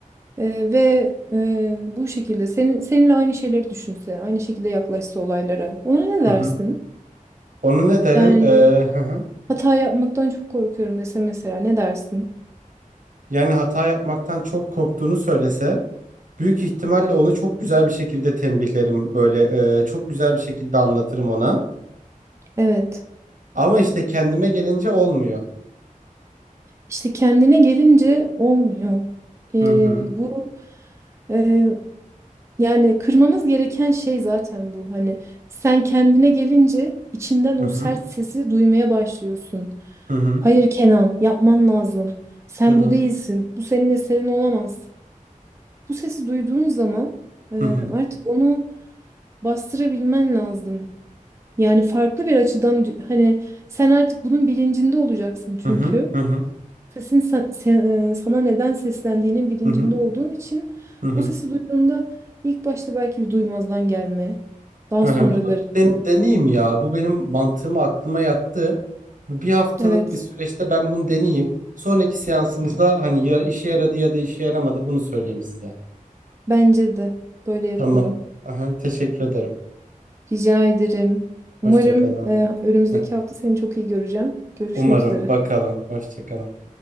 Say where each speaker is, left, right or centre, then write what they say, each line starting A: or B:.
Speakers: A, on the right; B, on the right.
A: Ee, ve e, bu şekilde senin seninle aynı şeyleri düşünse, aynı şekilde yaklaşsa olaylara. Ona ne
B: Hı
A: dersin?
B: hı. Onu ne derim?
A: Yani
B: E, hı hı.
A: hata yapmaktan çok korkuyorum dese mesela ne dersin?
B: Yani hata yapmaktan çok korktuğunu söylese. Büyük ihtimalle onu çok güzel bir şekilde tembihlerim böyle e, çok güzel bir şekilde anlatırım ona.
A: Evet.
B: Ama işte kendime gelince olmuyor.
A: İşte kendine gelince olmuyor. Ee,
B: Hı hı.
A: bu e, yani kırmamız gereken şey zaten bu. Hani sen kendine gelince içinden
B: Hı
A: o
B: hı.
A: sert sesi duymaya başlıyorsun.
B: Hı hı.
A: Hayır Kenan, yapman lazım. Sen
B: Hı hı.
A: bu değilsin. Bu senin eserin olamaz. Bu sesi duyduğun zaman e,
B: Hı hı.
A: artık onu bastırabilmen lazım. Yani farklı bir açıdan dü- hani sen artık bunun bilincinde olacaksın çünkü
B: Hı hı. Hı hı.
A: sesin sa- se- e, sana neden seslendiğinin bilincinde
B: Hı hı.
A: olduğun için
B: Hı
A: o sesi duyduğunda ilk başta belki bir duymazdan gelme. Daha
B: Bunu
A: sonraları.
B: den- deneyeyim ya. Bu benim mantığıma aklıma yattı. Bu Bir haftalık
A: Evet,
B: bir süreçte ben bunu deneyeyim. Sonraki seansımızda hani ya işe yaradı ya da işe yaramadı bunu söyleyeyim size.
A: bence de böyle yapalım.
B: Tamam. Aha, teşekkür ederim.
A: Rica ederim.
B: Hoşça
A: Umarım
B: kalın.
A: e, önümüzdeki
B: Heh,
A: hafta seni çok iyi göreceğim. Görüşmek
B: Umarım
A: üzere.
B: bakalım. Hoşça kalın.